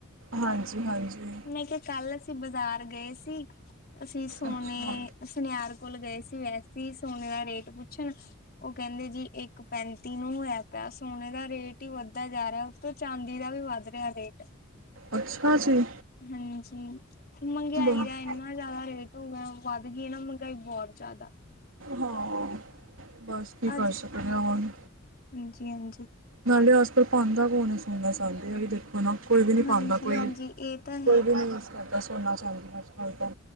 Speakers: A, on the right; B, on the left.
A: ਹਾਂਜੀ, ਹਾਂਜੀ।
B: ਮੈਂ ਕਿਹਾ ਕੱਲ ਅਸੀਂ ਬਾਜ਼ਾਰ ਗਏ ਸੀ, ਅਸੀਂ ਸੋਨੇ
A: ਅੱਛਾ
B: ਸੁਨਿਆਰ ਕੋਲ ਗਏ ਸੀ, ਵੈਸੇ ਸੋਨੇ ਦਾ ਰੇਟ ਪੁੱਛਣ। ਉਹ ਕਹਿੰਦੇ ਜੀ, ਇੱਕ ਪੈਂਤੀ ਨੂੰ ਹੋਇਆ ਪਿਆ ਸੋਨੇ ਦਾ ਰੇਟ ਹੀ ਵੱਧਦਾ ਜਾ ਰਿਹਾ। ਉੱਤੋਂ ਚਾਂਦੀ ਦਾ ਵੀ ਵੱਧ ਰਿਹਾ ਰੇਟ।
A: ਅੱਛਾ ਜੀ!
B: ਹਾਂਜੀ। ਮਹਿੰਗਾਈ
A: ਬਸ
B: ਦਾ ਏਨਾਂ ਜ਼ਿਆਦਾ ਰੇਟ ਹੋ ਗਿਆ ਵੱਧ ਗਈ ਨਾ ਮਹਿੰਗਾਈ, ਬਹੁਤ ਜ਼ਿਆਦਾ।
A: ਹਾਂ, ਬਸ ਕੀ
B: ਅੱਜ
A: ਕਰ ਸਕਦੇ ਹਾਂ ਹੁਣ।
B: ਹਾਂਜੀ, ਹਾਂਜੀ।
A: ਨਾਲ਼ੇ ਅੱਜ -ਕਲ ਪਾਂਦਾ ਕੋਣ ਐ ਸੋਨਾ-ਚਾਂਦੀ ਐ ਵੀ ਤੇ ਹਨਾ, ਕੋਈ ਵੀ ਨਹੀਂ ਪਾਂਦਾ,
B: ਹਾਂਜੀ
A: ਕੋਈ-
B: ਹਾਂਜੀ ਇਹ ਤਾਂ ਹੈ
A: ਕੋਈ ਵੀ ਨਹੀਂ ਯੂਜ ਕਰਦਾ ਸੋਨਾ- ਚਾਂਦੀ ਅੱਜ ਕੱਲ ਤਾਂ।